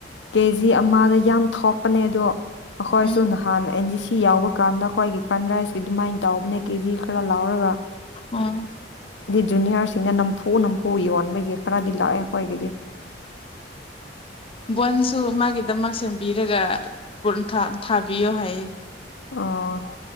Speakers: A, on the left; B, on the left.
A: ꯀꯦꯖꯤ ꯑꯃꯗ ꯌꯥꯝ ꯊꯣꯛꯄꯅꯦ ꯑꯗꯣ ꯑꯩꯈꯣꯏꯁꯨ
B: ꯎꯝ
A: ꯅꯍꯥꯟ ꯑꯦꯟꯖꯤ ꯁꯤ ꯁꯤ ꯌꯥꯎꯕ ꯀꯥꯟꯗ ꯑꯩꯈꯣꯏꯒꯤ ꯐ꯭ꯔꯟ ꯔꯥꯏꯁꯀꯤ ꯑꯗꯨꯃꯥꯏꯅ ꯇꯧꯕꯕꯅꯦ ꯀꯦꯖꯤ ꯈꯔ ꯂꯧꯔꯒ
B: ꯑꯣ
A: ꯖꯨꯨꯅꯤꯌꯔ ꯁꯤ ꯑꯩꯅ ꯅꯝꯐꯨ ꯅꯝꯐꯨ ꯌꯣꯟꯕꯒꯤ ꯈꯔꯗꯤ ꯂꯥꯛꯑꯦ ꯑꯩꯈꯣꯏꯒꯤꯗꯤ
B: ꯕꯣꯟꯁꯨ ꯃꯥ ꯒꯤꯗꯃꯛ ꯁꯦꯝꯕꯤꯔꯒ ꯄꯨꯟ ꯊꯥ ꯊꯥꯕꯤꯌꯣ ꯍꯥꯏ
A: ꯑꯣ